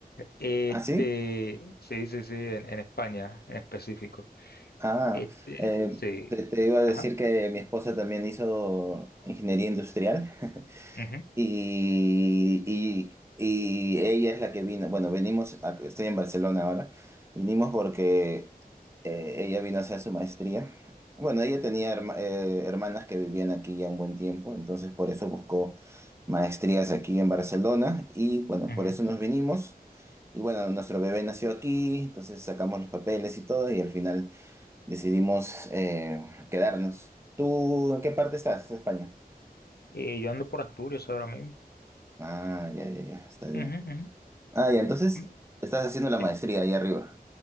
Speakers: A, on the left; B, on the right.
A: Este,
B: ¿Ah, sí?
A: sí, sí, sí, en, en España en específico.
B: Ah,
A: Este,
B: eh,
A: sí.
B: te, te iba a decir
A: Ajá.
B: que mi esposa también hizo ingeniería industrial <laughs>
A: ujú,
B: y, y- y ella es la que vino, bueno, venimos, a- estoy en Barcelona ahora, vinimos porque eh, ella vino a hacer su maestría. Bueno, ella tenía herma- eh, hermanas que vivían aquí ya un buen tiempo, entonces por eso buscó maestrías aquí en Barcelona y bueno,
A: ujú.
B: por eso nos vinimos. Y bueno, nuestro bebé nació aquí, entonces sacamos los papeles y todo y al final decidimos eh, quedarnos. ¿Tú en qué parte estás de España?
A: Y yo ando por Asturias ahora mismo.
B: Ah, ya, ya, ya, está bien.
A: Ujú, ujú,
B: Ah, ya, entonces
A: ujú.
B: estás haciendo la
A: Sí,
B: maestría ahí arriba.